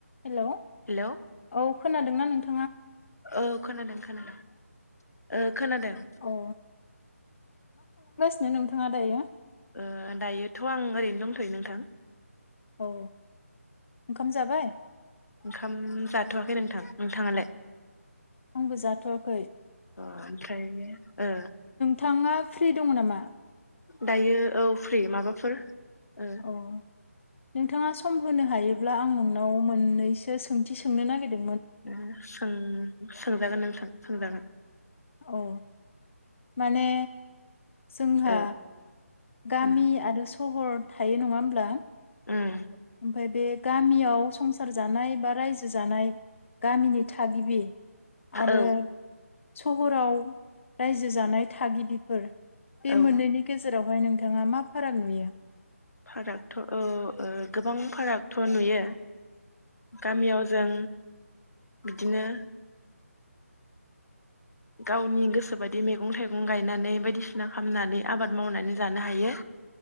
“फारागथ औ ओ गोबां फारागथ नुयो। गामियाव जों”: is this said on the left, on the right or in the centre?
Left